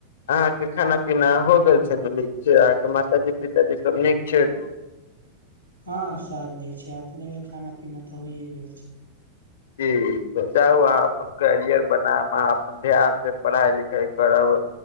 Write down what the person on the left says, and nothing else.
अहाँके खाना पीना हो गेल छै नु नीक से अहाँके माताजी पिताजी सब नीक छै नु
जी तऽ जाउ अहाँ अपन करियर बनाम अहाँ ध्यान से पढ़ाइ लिखाइ करब